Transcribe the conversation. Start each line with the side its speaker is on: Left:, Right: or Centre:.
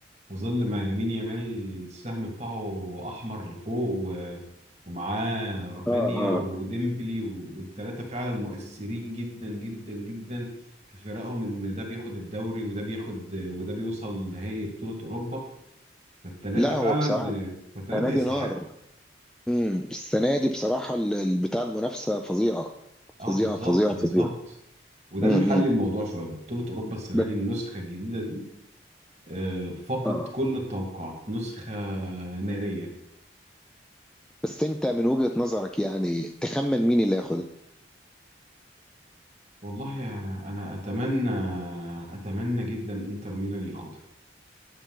Right: وظل ما يمين يامال السهم بتاعه احمر لفوق و... ومعاه رافينيا
Centre: اه اه
Right: وديمبلي و... والتلاتة فعلا مؤثرين جدا جدا جدا في فرقهم ان ده بياخد الدوري وده بياخد وده بيوصل نهائي بطولة اوروبا فالتلاتة
Centre: لا
Right: فعلا
Centre: هو بصراحة
Right: فالتلاتة
Centre: السنة دي
Right: يستحقوا
Centre: نار امم السنة دي بصراحة ال- ال- بتاع المنافسة فظيعة فظيعة
Right: اه بالظبط
Centre: فظيعة
Right: بالظبط
Centre: فظيعة
Right: وده
Centre: امم
Right: اللي محلل الموضوع شويه بطولة اوروبا السنة
Centre: بس
Right: دي النسخة الجديدة دي آه، فاقت
Centre: آه.
Right: كل التوقعات نسخة نارية
Centre: بس انت من وجهة نظرك يعني تخمن مين اللي هياخدها
Right: والله يعني انا اتمنى اتمنى جدا انتر ميلان ياخدها